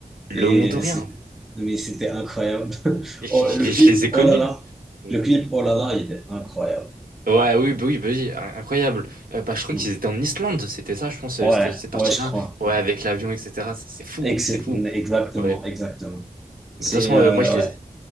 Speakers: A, on the right; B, in the centre.
A: Le
B: Et
A: Mondorien.
B: c'est, mais c'était incroyable. <laughs>
A: Je,
B: Oh,
A: je
B: le
A: les
B: clip,
A: je les ai
B: oh
A: connus.
B: là là.
A: Hmm.
B: Le clip, oh là là, il est incroyable.
A: Ouais, oui, bah oui, bah oui, in- incroyable. Euh, bah, je crois
B: Hmm.
A: qu'ils étaient en Islande, c'était ça, je pense, euh,
B: Ouais,
A: c'était cette partie-là.
B: ouais, je crois.
A: Ouais, avec l'avion, etc. C'est c'est fou,
B: Ex-
A: c'est fou.
B: exactement,
A: Ouais.
B: exactement. C'est,
A: De toute façon,
B: euh,
A: euh, moi, je les,
B: ouais.